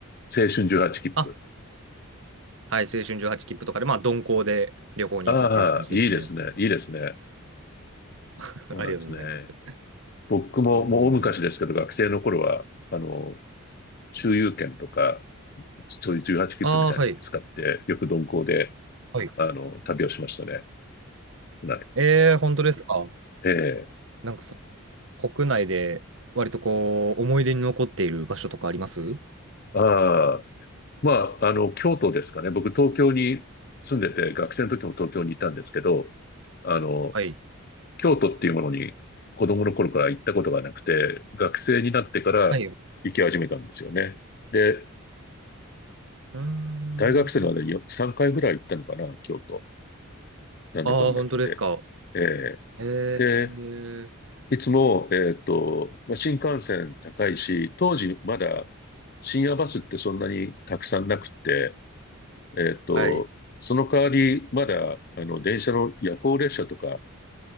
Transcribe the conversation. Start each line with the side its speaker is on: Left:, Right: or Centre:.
Left: 青春18切符。
Right: あ、はい、青春18切符とかで、まあ、鈍行で旅行に行くっていう感じですね。
Left: ああ、いいですね。いいですね。
Right: <laughs>
Left: そうなんですね。
Right: ありがとうございます。
Left: 僕ももう大昔ですけど、
Right: うーん。
Left: 学生の頃は、あの、周遊券とか、そういう18切符みたいのを使って、
Right: ああ、はい。
Left: よく鈍行で、
Right: はい。
Left: あの、旅をしましたね。はい。
Right: えー、本当ですか。
Left: ええ
Right: なんかその、国内で割とこう、思い出に残っている場所とかあります
Left: ああ、まあ、あの、京都ですかね。僕、東京に住んでて、学生の時も東京にいたんですけど、あの、
Right: はい。
Left: 京都っていうものに子供の頃から行ったことがなくて、学生になってから行き始めたんですよね。
Right: はい。う
Left: で、
Right: ーん。
Left: 大学生の間に3回ぐらい行ったのかな、京都。なんだかんだ言って。
Right: ああ、本当ですか。
Left: え
Right: えー、
Left: え
Right: えー
Left: いつも、えっと、まあ、新幹線高いし、当時まだ深夜バスってそんなにたくさんなくって、えっと、
Right: はい。
Left: その代わりまだ、あの、電車の夜行列車とか